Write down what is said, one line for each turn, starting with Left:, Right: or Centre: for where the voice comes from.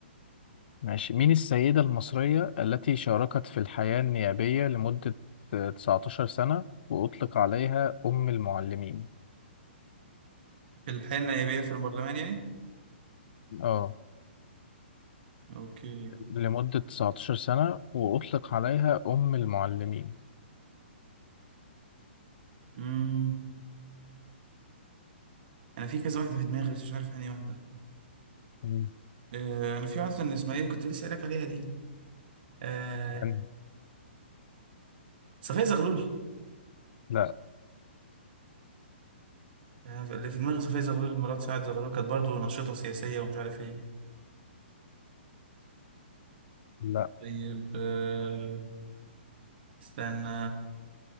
Left: ماشي مين السيدة المصرية التي شاركت في الحياة النيابية لمدة 19 سنة وأطلق عليها أم المعلمين؟
Right: في الحياة النيابية في البرلمان يعني
Left: اه
Right: اوكي
Left: لمدة 19 سنة وأطلق عليها أم المعلمين
Right: امم انا في كذا واحدة في دماغي بس مش عارف انهي واحدة
Left: مم.
Right: آه، انا في واحدة من اسماعيل كنت لسه قايل لك عليها دي آه،
Left: يعني
Right: صفية زغلول
Left: لا
Right: أنا اللي في دماغي صفية زغلول مرات سعد زغلول كانت برضه نشيطة سياسية ومش عارف ايه
Left: لا
Right: طيب آه، استنى